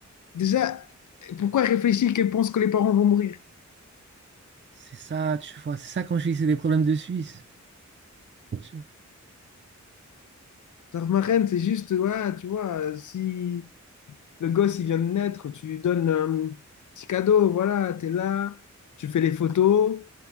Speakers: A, on the left; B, on the right.
A: Déjà, pourquoi réfléchir qu'elle pense que les parents vont mourir?
B: C'est ça, tu vois, c'est ça quand je dis c'est des problèmes de Suisse. Tu-
A: Genre, ma reine, c'est juste, ouais, tu vois, si le gosse, il vient de naître, tu lui donnes un petit cadeau, voilà, t'es là, tu fais les photos,